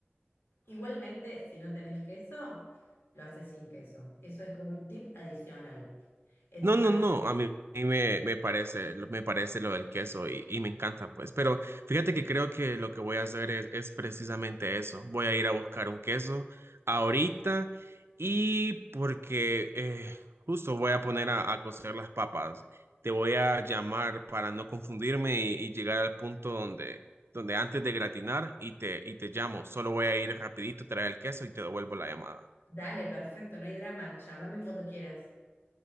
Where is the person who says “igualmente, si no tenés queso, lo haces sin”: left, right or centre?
Left